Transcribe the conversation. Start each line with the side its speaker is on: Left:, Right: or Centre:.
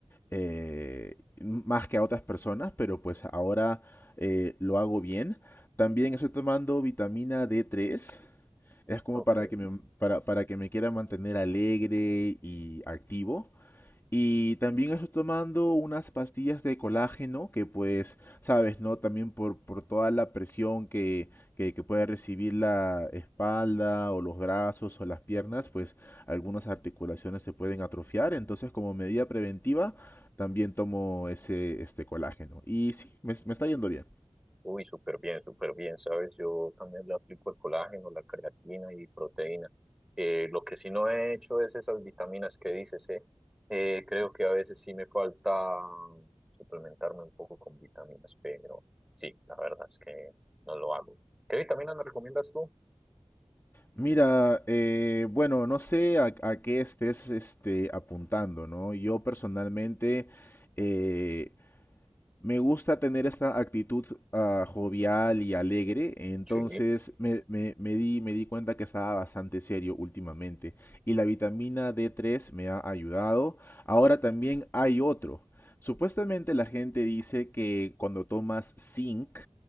Left: eh, más que a otras personas, pero pues ahora eh, lo hago bien. También estoy tomando vitamina D3. Es como
Centre: Ok.
Left: para que me, para, para que me quiera mantener alegre y activo. Y también estoy tomando unas pastillas de colágeno que pues, sabes, ¿no? También por, por toda la presión que, que, que puede recibir la espalda o los brazos o las piernas, pues algunas articulaciones se pueden atrofiar. Entonces, como medida preventiva, también tomo ese este colágeno. Y sí, me, me está yendo bien.
Centre: Uy, súper bien, súper bien, ¿sabes? Yo también le aplico el colágeno, la creatina y proteína. Eh, lo que sí no he hecho es esas vitaminas que dices, ¿eh? Eh, creo que a veces sí me falta suplementarme un poco con vitaminas, pero sí, la verdad es que no lo hago. ¿Qué vitaminas me recomiendas tú?
Left: Mira, eh, bueno, no sé a, a qué estés este, apuntando, ¿no? Yo personalmente... eh, Me gusta tener esta actitud ah, jovial y alegre, entonces
Centre: Sí.
Left: me, me- me di, me di cuenta que estaba bastante serio últimamente y la vitamina D3 me ha ayudado. Ahora también hay otro. Supuestamente la gente dice que cuando tomas zinc